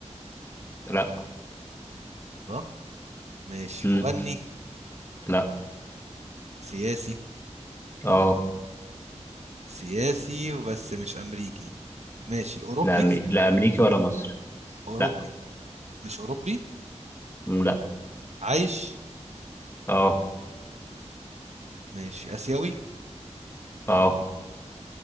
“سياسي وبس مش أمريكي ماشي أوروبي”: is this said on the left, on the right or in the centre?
Right